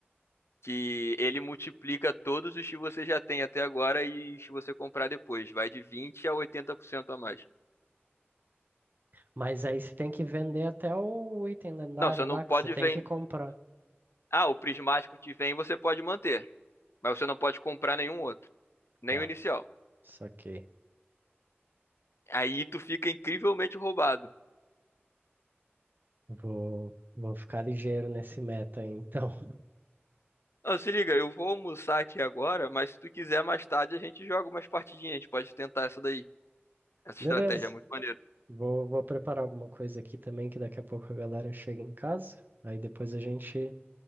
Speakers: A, on the left; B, on the right.
A: Que ele multiplica todos os que você já tem até agora e se você comprar depois. Vai de 20 a 80% a mais.
B: Mas aí você tem que vender até o item lendário
A: Não, você não
B: lá que
A: pode
B: você tem
A: vender.
B: que comprar.
A: Ah, o prismático que vem você pode manter. Mas você não pode comprar nenhum outro. Nem
B: Tá,
A: o inicial.
B: saquei.
A: Aí tu fica incrivelmente roubado.
B: Vou, vou ficar ligeiro nesse meta aí, então. <laughs>
A: Não, se liga, eu vou almoçar aqui agora, mas se tu quiser mais tarde a gente joga umas partidinhas, a gente pode tentar essa daí. Essa
B: Beleza.
A: estratégia é muito maneira.
B: Vou, vou preparar alguma coisa aqui também, que daqui a pouco a galera chega em casa. Aí depois a gente